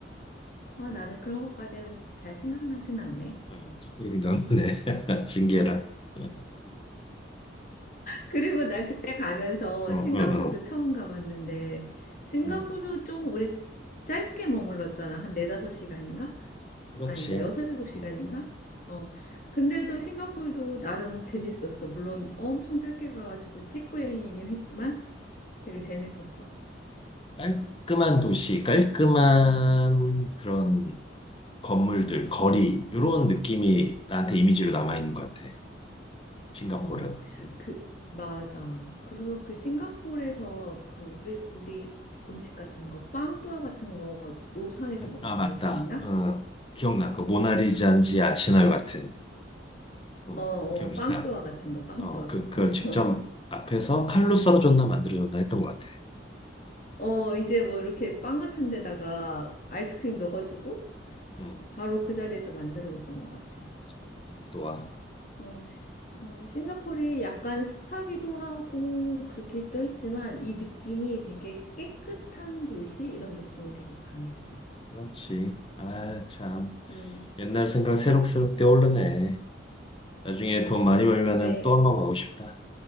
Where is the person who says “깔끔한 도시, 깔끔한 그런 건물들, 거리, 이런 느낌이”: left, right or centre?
Left